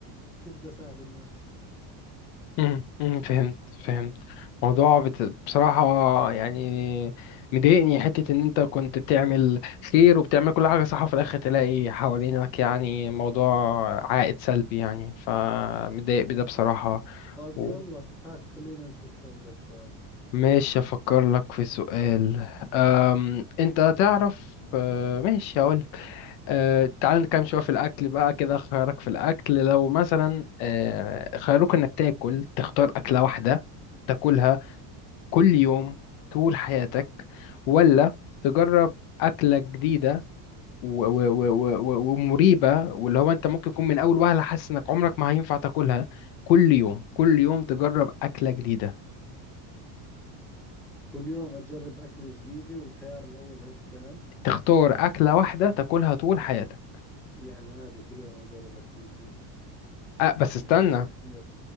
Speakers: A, in the centre; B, on the left (about 80°).
A: كيف بدي أساعد الناس
B: مهم، مهم، فهمت فهمت موضوع بت... بصراحة يعني مضايقني حتة إن أنت كنت بتعمل خير وبتعمل كل حاجة صح وفي الآخر تلاقي حوالينك يعني موضوع عائد سلبي يعني فمضايق بده بصراحة
A: طيب
B: و...
A: يلا هات خلينا نشوف شو عندك سؤال
B: ماشي أفكر لك في سؤال أم... أنت تعرف آه، ماشي هقول أه تعال نتكلم شوية في الأكل بقى كده خيارك في الأكل لو مثلا أه خيروك إنك تاكل تختار أكلة واحدة تاكلها كل يوم طول حياتك ولا تجرب أكلة جديدة و- و- و- و- و- ومريبة واللي هو أنت ممكن تكون من أول وهلة حاسس إنك عمرك ما هينفع تاكلها كل يوم كل يوم تجرب أكلة جديدة
A: كل يوم أجرب أكلة جديدة والخيار الأول إيش كان
B: تختار أكلة واحدة تاكلها طول حياتك
A: يعني عادي كل يوم أجرب أكلة جديدة
B: أه بس
A: بدهاش
B: استنى
A: تفكير